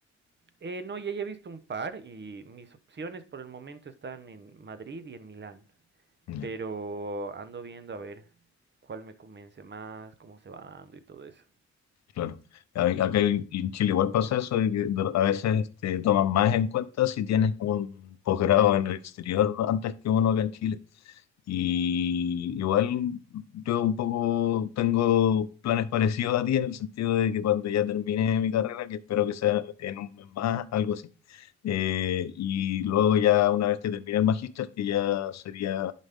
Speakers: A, on the right; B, on the left.
A: Eh, no, ya he visto un par y mis opciones por el momento están en Madrid y en Milán.
B: no?
A: Pero ando viendo a ver cuál me convence más, cómo se va dando y todo eso.
B: Claro. A- Acá en en Chile igual pasa eso, de que de- a veces este, toman más en cuenta si tienes un posgrado en el exterior antes que uno acá en Chile. Y igual yo un poco tengo planes parecidos a ti en el sentido de que cuando ya termine mi carrera, que espero que sea en un mes más, algo así, eh, y luego ya una vez que termine el magíster, que ya sería,